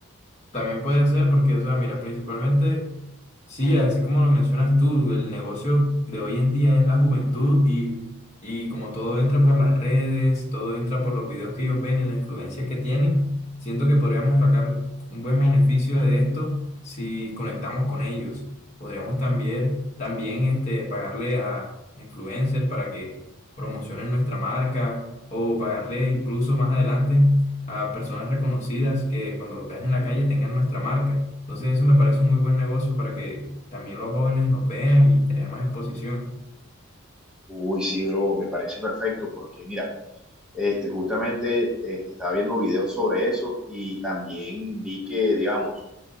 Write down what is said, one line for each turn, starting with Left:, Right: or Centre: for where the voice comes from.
Left: También puede ser porque, o sea, mira, principalmente, sí, así como lo mencionas tú, el negocio de hoy en día es la juventud y, y como todo entra por las redes, todo entra por los videos que ellos ven y la influencia que tienen, siento que podríamos sacar un buen beneficio de esto si conectamos con ellos. Podríamos también, también este, pagarle a a influencers para que promocionen nuestra marca o pagarle incluso más adelante a personas reconocidas que cuando los vean en la calle tengan nuestra marca. Entonces eso me parece un muy buen negocio para que también los jóvenes nos vean y tener más exposición.
Centre: Uy, sí, bro, me parece perfecto porque mira, este, justamente este, estaba viendo videos sobre eso y también vi que, digamos,